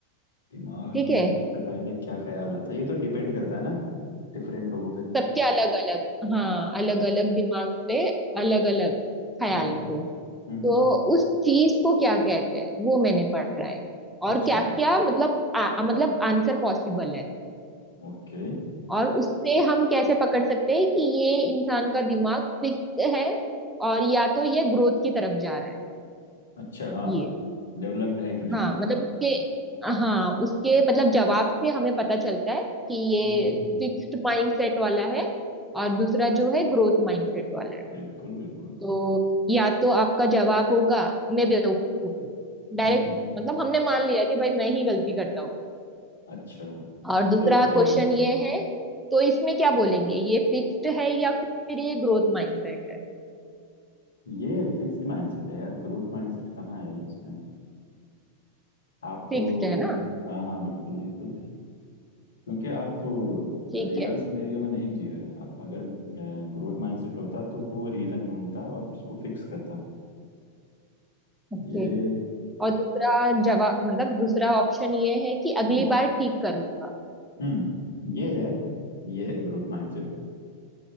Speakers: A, on the left (about 70°); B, in the centre.
A: दिमाग
B: ठीक
A: में
B: है
A: सबसे पहले क्या ख्याल आता है ये तो डिपेंड करता है ना डिफरेंट लोगों पे
B: सबके अलग अलग हाँ
A: हाँ
B: अलग अलग दिमाग पे अलग अलग ख्याल
A: हम्म हम्म हम्म
B: को
A: हम्म,
B: तो
A: हम्म,
B: उस चीज को क्या कहते हैं वो मैंने पढ़ा है और
A: अच्छा
B: क्या क्या मतलब आ, आ- मतलब आंसर पॉसिबल है
A: ओके
B: और उससे हम कैसे पकड़ सकते हैं कि ये इंसान का दिमाग फिक्स है और या तो ये ग्रोथ की तरफ जा रहा है
A: अच्छा हाँ
B: ये
A: डेवलप्ड है कि नहीं
B: हाँ
A: है
B: मतलब उसके हाँ उसके मतलब जवाब से हमें पता चलता है कि ये
A: हम्म हम्म हम्म, हम्म,
B: फिक्स्ड माइंडसेट वाला है और दूसरा जो है ग्रोथ माइंडसेट वाला है
A: बिल्कुल बिल्कुल
B: तो या तो आपका जवाब होगा मैं बेवकूफ हूँ डायरेक्ट
A: हम्म हम्म,
B: मतलब हमने मान लिया कि भाई मैं ही गलती करता हूँ
A: अच्छा
B: और दूसरा
A: Self blaming
B: क्वेश्चन ये है तो इसमें क्या बोलेंगे ये फिक्स्ड है या फिर ये ग्रोथ माइंडसेट है
A: ये फिक्स्ड माइंडसेट है यार ग्रोथ माइंडसेट कहाँ है इसमें आप
B: फिक्स्ड है ना
A: हाँ हाँ बिल्कुल बिल्कुल क्योंकि आप
B: ठीक
A: रियल
B: है
A: सिनेरियो में नहीं जी रहे हैं आप अगर ग्रोथ माइंडसेट होता तो वो रीजन ढूंढता और उसको फिक्स करता
B: ओके
A: ये
B: और दूसरा जवाब मतलब दूसरा ऑप्शन ये है कि
A: हम्म
B: अगली बार ठीक कर लूंगा
A: हम्म ये है ये है ग्रोथ माइंडसेट